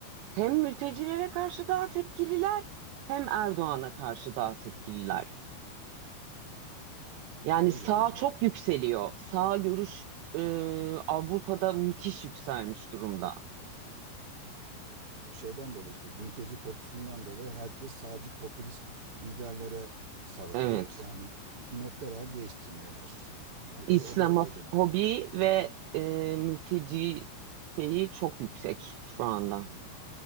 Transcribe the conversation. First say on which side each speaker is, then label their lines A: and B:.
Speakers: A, on the right; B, on the right.
A: Hem mültecilere karşı daha tepkililer, hem Erdoğan'a karşı daha tepkililer. Yani
B: Öyle
A: sağ
B: öyle.
A: çok yükseliyor. Sağ görüş e, Avrupa'da müthiş yükselmiş durumda.
B: Evet, e, o şeyden dolayı işte mülteci korkusundan dolayı herkes sadece popülist liderlere sarıldı.
A: Evet.
B: Yani hükümetler el değiştirmeye başladı. O, o
A: İslamofobi
B: o derecede
A: ve e, mülteci şeyi çok yüksek şu anda.